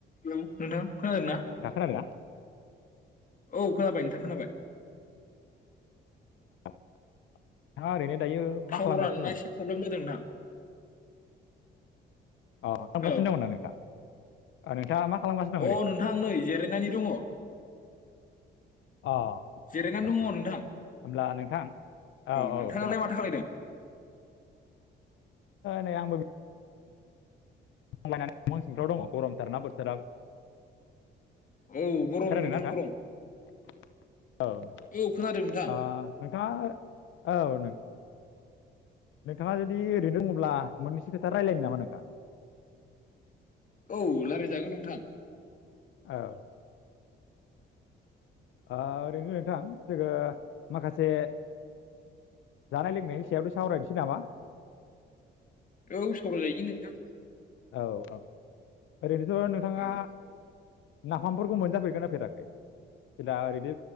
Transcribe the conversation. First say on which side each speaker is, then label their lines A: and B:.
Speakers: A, on the left (about 40°); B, on the left (about 75°).
A: Hello नोंथां खोनादों ना?
B: दा खोनादोंना
A: औ खोनाबाय नोंथां खोनाबाय।
B: <unintelligible>
A: थाव
B: मा खालामगासिनो
A: रानना
B: दं
A: एसे प्रब्लेम जादों नोंथां।
B: औ खालामगासिनो
A: हेलौ
B: दं ना नोंथाङा नोंथाङा मा खालामगासिनो दं
A: अ
B: ओरैनो
A: नोंथां नै जिरायनानै दङ
B: अ
A: जिरायनानै
B: औ
A: दङ
B: औ
A: नोंथां
B: होब्ला नोंथां औ
A: नोंथाङालाय
B: औ खोनादों
A: माथो खालायदों
B: नै आंबो। लायनानै <unintelligible> सिंफ्राव दङ गरमथारना बोथोराबो।
A: औ गरम
B: खोनादोंना
A: नोंथां
B: नोंथां
A: गरम
B: औ ओ
A: औ खोनादों नोंथां
B: नोंथाङा औ नों नोंथाङा जुदि ओरैनो दङब्ला मोननैसो खोथा रायलायनो नामा नोंथां?
A: औ रायलायजागोन नोंथां।
B: औ। ओ ओरैनो नोंथां जोङो माखासे जानाय लोंनायनि सायावथ' सावरायनोसै नामा?
A: औ सावरायजायो नोंथां।
B: औ औ आरैनो ओ नोंथाङा
A: औ
B: नाफामफोरखौ मोनजाफेरगोना फेराखै जे ओरैदि